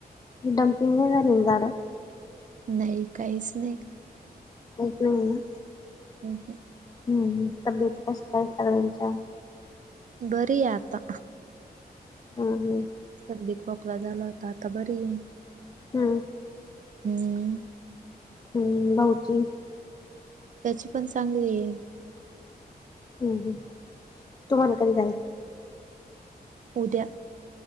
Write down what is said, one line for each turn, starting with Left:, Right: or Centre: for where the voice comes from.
Left: डम्पिंग नाही झाली झाडं.
Right: नाही काहीच नाही.
Left: नाही ना
Right: हम्म,
Left: हम्म तब्येत कशा काय सगळ्यांच्या.
Right: बरी आहे आता
Left: हम्म हम्म
Right: सर्दी खोक ला झाला होता आता बरी आहे.
Left: हम्म.
Right: हम्म.
Left: ह बऊची.
Right: त्याची पण चांगली आहे.
Left: हम् तुम्हाला कधी जाईच.
Right: उद्या.